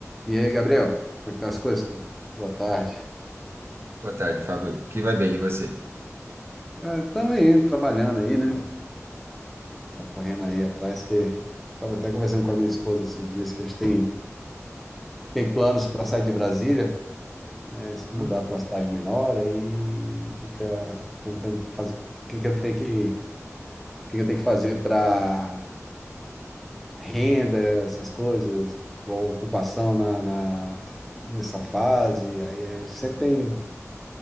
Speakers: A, in the centre; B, on the right (about 45°).
A: E aí, Gabriel, como é que tá as coisas? Boa tarde.
B: Boa tarde, Fábio. Que vai bem, e você?
A: Cara, estamos aí, trabalhando aí, né? Tá Correndo aí atrás, que estava até conversando com a minha esposa esses dias, que a gente tem, tem planos para sair de Brasília, né? Se
B: Hum,
A: mudar para uma cidade menor, aí fica tentando fazer o que que eu tenho que, o que que eu tenho que fazer para renda, essas coisas, ou ocupação na, na- nessa fase. Aí é, sempre tem